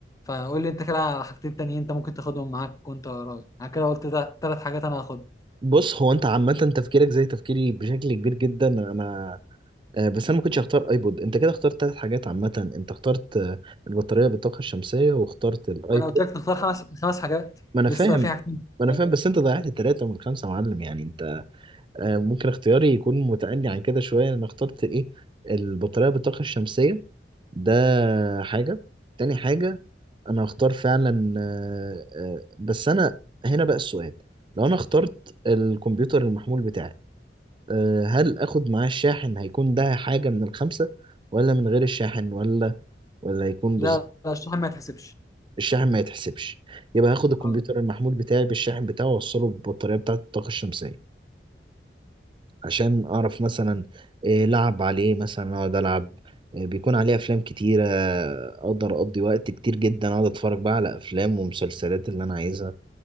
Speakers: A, on the left (about 20°); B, on the right (about 30°).
A: فقول لي أنت كده على حاجتين تانيين أنت ممكن تاخدهم معاك وأنت رايح أنا كده قلت ثلاث حاجات أنا هاخدهم
B: بص هو انت عامه تفكيرك زي تفكيري بشكل كبير جدا انا آه، بس انا ما كنتش هختار ايبود انت كده اخترت ثلاث حاجات عامه انت اخترت آه، البطاريه بالطاقه الشمسيه واخترت الايبود
A: وأنا قلت لك نختار خمس خمس حاجات
B: ما انا
A: لسه
B: فاهم
A: في حاجتين
B: ما
A: كمان.
B: انا فاهم بس انت ضيعت ثلاثه من خمسه يا معلم يعني آه، ممكن اختياري يكون متأني عن كده شوية أنا اخترت إيه البطارية بالطاقة الشمسية ده حاجة تاني حاجة أنا هختار فعلا آه، آه، بس أنا هنا بقى السؤال لو أنا اخترت الكمبيوتر المحمول بتاعي آه، هل آخد معاه الشاحن هيكون ده حاجة من الخمسة ولا من غير الشاحن ولا ولا هيكون
A: لا
B: بالظبط
A: لا الشحن ما يتحسبش
B: الشاحن ما يتحسبش يبقى هاخد الكمبيوتر
A: أه
B: المحمول بتاعي بالشاحن بتاعه وأوصله بالبطارية بتاعة الطاقة الشمسية عشان اعرف مثلا إيه لعب عليه مثلا اقعد العب إيه بيكون عليه افلام كتيرة آه، اقدر اقضي وقت كتير جدا اقعد اتفرج بقى على افلام ومسلسلات اللي انا عايزها